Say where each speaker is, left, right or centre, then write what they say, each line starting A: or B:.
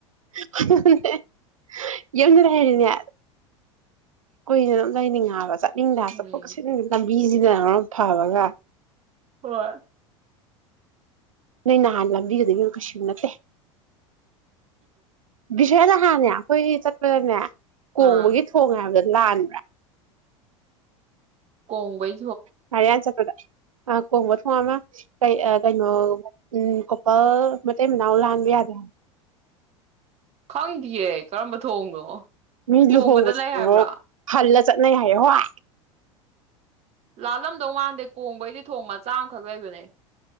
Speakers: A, on the right; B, on the right.
A: <unintelligible> ꯌꯨꯝꯗ ꯂꯩꯔꯤꯅꯦ ꯀꯨꯏꯅ ꯑꯗꯨꯝ ꯂꯩꯅꯤꯡꯉ‌ꯦ ꯍꯥꯏꯕ ꯆꯠ ꯅꯤꯡꯗ‌ꯦ ꯍꯥꯏꯕ
B: ꯎꯝ
A: ꯆꯠꯊ‌ꯣꯛ ꯆꯠꯁꯤꯟ ꯂꯝꯕꯤ ꯁꯤꯅ ꯃꯔ‌ꯣꯜ ꯑꯝ ꯐꯕꯒ
B: ꯍꯣꯏ
A: ꯅꯣꯏ ꯅꯍꯥꯟ ꯂꯝꯕꯤꯒꯗꯣ ꯏꯕ‌ꯦꯝꯃ ꯀꯩꯁꯨ ꯅꯠꯇꯦ ꯕꯤꯁꯌꯥ ꯅꯍꯥꯟꯅꯦ ꯑꯩꯈꯣꯏ ꯆꯠꯄꯗꯅꯦ ꯀꯣꯡꯕꯒꯤ
B: ꯑꯥ
A: ꯊꯣꯡ ꯍꯥꯏꯕꯗ ꯂꯥꯟ
B: ꯀ‌ꯣꯡꯕꯩ
A: ꯉꯥꯔꯌꯥꯟ ꯆꯠꯄꯗ ꯑ ꯀꯣꯡꯕ ꯊꯣꯡ ꯑꯃ ꯀꯩ ꯀꯩꯅꯣ ꯎꯝ ꯀꯣꯄꯜ ꯃꯇꯩ ꯃꯅꯥꯎ ꯂꯥꯟꯕ ꯌꯥꯗꯦ ꯍꯥꯏ
B: ꯈꯪꯗꯤꯌ‌ꯦ ꯀꯔꯝꯕ ꯊꯣꯡꯅꯣ
A: ꯃꯤ
B: ꯀꯣꯡꯕꯗ
A: ꯂꯨꯍꯣꯡꯕ
B: ꯂꯩ ꯍꯥꯏꯕ꯭ꯔꯥ
A: ꯍꯜꯂ ꯆ ꯍꯥꯏ ꯍ
B: ꯂꯥꯜꯂꯝꯗꯧ ꯃꯥꯟꯗꯦ ꯀꯣꯡꯕꯩꯗꯤ ꯊꯣꯡ ꯃꯆꯥ ꯑꯃꯈꯛ ꯂꯩꯕꯅꯦ